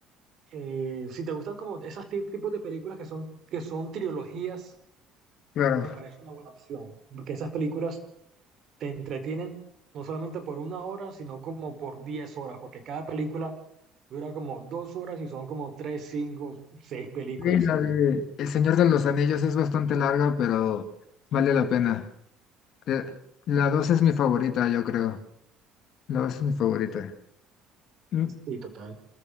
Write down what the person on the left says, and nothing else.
claro.
Sí, la de El Señor de los Anillos es bastante larga, pero vale la pena. Eh, La 2 es mi favorita, yo creo. La 2 es mi favorita. Mm,